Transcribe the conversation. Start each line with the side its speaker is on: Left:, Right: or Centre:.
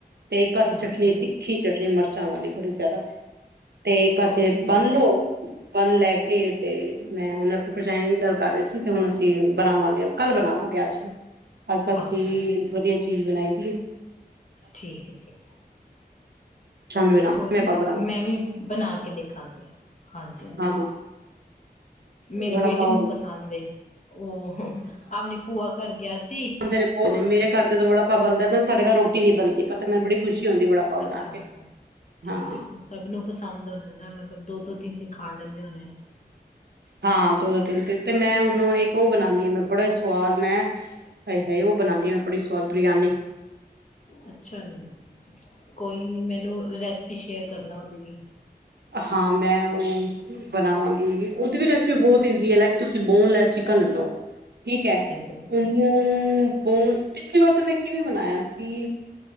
Right: ਤੇ ਇੱਕ ਪਾਸੇ
Left: ਅੱਛਾ
Right: ਚਟਨੀ
Left: ਜੀ
Right: ਤਿੱਖੀ ਚਟਨੀ ਮਿਰਚਾਂ ਵਾਲੀ ਬੜੀ ਜਿਆਦਾ ਤੇ ਇੱਕ ਪਾਸੇ
Left: ਕੋਈ ਨੀ
Right: ਬੰਨ
Left: ਮੈਂ
Right: ਲੋ ਬੰਨ ਲੈ ਕੇ ਤੇ ਮੈਂ ਹੁਣ ਆਪਣੇ ਭਜਾਈ ਨੇ ਇਹ ਗੱਲ ਕਰ ਰਹੀ ਸੀ ਤੇ ਹੁਣ ਅਸੀਂ ਬਣਾਵਾਂਗੇ ਕੱਲ੍ਹ ਬਣਾਵਾਂਗੇ ਅੱਜ ਅੱਜ ਅਸੀਂਵੀ
Left: ਅੱਛਾ ਅੱਛਾ
Right: ਵਧੀਆ ਚੀਜ਼ ਬਣਾਈ ਜੀ
Left: ਠੀਕ ਹੈ ਠੀਕ
Right: ਸ਼ਾਮੀ ਬਣਾਵਾਂਗੇ
Left: ਕੋਈ ਨ
Right: ਆਪਾਂ ਬਣਾਵਾਂਗੇ
Left: ਮੈਂ ਵੀ ਬਣਾ ਕੇ ਦੇਖਾਂਗੇ ਹਾਂਜੀ ਹਾਂਜੀ
Right: ਹਾਂ ਹਾਂ
Left: ਮੇਰੇ
Right: ਵੜਾ
Left: ਬੇਟੇ
Right: ਪਾਓ
Left: ਨੂੰ ਪਸੰਦ ਉਹ ਆਪਣੀ ਭੂਆ ਘਰ ਗਿਆ ਸੀ
Right: ਰੇ ਬਹੁ
Left: ਹਾਂਜੀ
Right: ਨੇ ਮੇਰੇ ਖਰਚੇ ਬੜਾ ਬਣਦਾ ਨਾ ਸਾਡੇ ਘਰ ਰੋਟੀ ਨੀ ਬਣ ਪਤਾ ਮੈਂ ਬੜੀ ਖੁਸ਼ੀ ਹੁੰਦੀ ਵੜਾ ਪਾਓ ਬਣਾ
Left: ਅੱਛਾ
Right: ਕੇ
Left: ਅੱਛਾ
Right: ਹਾਂ
Left: ਠੀਕ ਹੈ ਸਭ ਨੂੰ ਪਸੰਦ ਹੋਣਾ ਮਤਲਬ ਦੋ ਦੋ ਤਿੰਨ ਤਿੰਨ ਖਾਲ ਲੈਂਦੇ ਹੋਣੇ
Right: ਹਾਂ ਦੋ ਦੋ ਤਿੰਨ ਤਨ ਤੇ ਮੈਂ ਹੁਣੂੰ ਇੱਕ ਉਹ ਬਣਾਉਦੀ ਆ ਮੈਂ ਬੜੇ ਸਵਾਦ ਮੈਂ ਹਾਏ ਹਾਏ ਉਹ ਬਣਾਉਦੀ ਆ ਮੈਂ ਬੜੀ ਸਵਾਦ ਬਰਿਆਨੀ
Left: ਅੱਛਾ ਨੀ, ਕੋਈ ਨੀ ਮੈਨੂੰ ਰੈਸਪੀ ਸ਼ੇਅਰ ਕਰਨਾ ਉਹਦੀ ਵੀ
Right: ਹਾਂ, ਮੈਂ ਉ ਬਨਾਵਾਗੀ, ਓਦੀ ਵੀ ਰੈਸਪੀ ਬਹੁਤ ਈਜੀ ਐ, ਲਾਈਕ ਤੁਸੀ ਬੋਨਲੈਸ ਚਿਕਨ ਲਲੋ। ਠੀਕ ਐ,
Left: ਹੈ ਠੀਕ
Right: ਓਨੂੰ
Left: ਹੈ
Right: ਬੋ, ਪਿਛਲੀ ਵਾਰ ਤਾਂ ਮੈਂ ਕਿਵੇਂ ਬਨਾਇਆ ਸੀ।